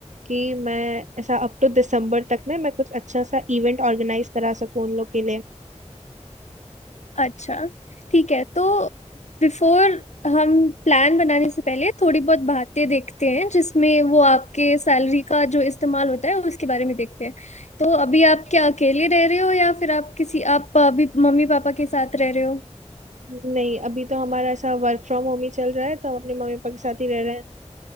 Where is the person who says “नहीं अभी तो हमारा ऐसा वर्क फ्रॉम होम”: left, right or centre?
Right